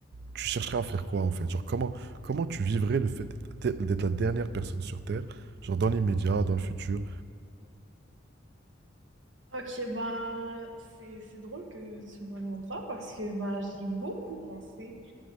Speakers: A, on the right; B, on the right.
A: tu chercherais à faire quoi en fait? Genre, comment, comment tu vivrais le fait d'être d'être la dernière personne sur Terre, genre dans l'immédiat, dans le futur.
B: Ok, ben, c'est, c'est drôle que tu me demandes ça parce que ben, j'y ai beaucoup pensé.